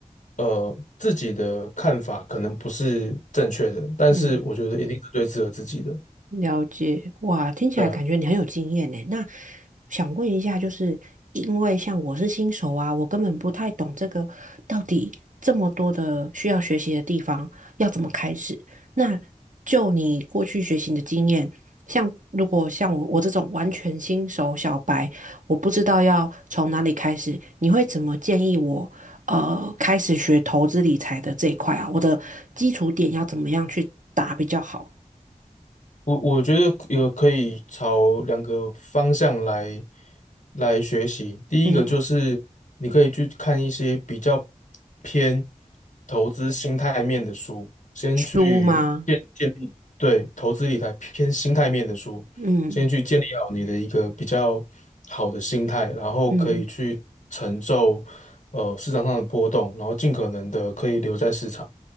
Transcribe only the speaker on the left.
呃，自己的看法可能不是正确的，但是我觉得一定是最适合自己的。
对啊。
我我觉得有可以朝两个方向来来学习。第一个就是你可以去看一些比较
偏投资心态面的书，先去建建立对投资理财偏心态面的书，
先去建立好你的一个比较好的心态，然后可以去承受呃市场上的波动，
然后尽可能的可以留在市场。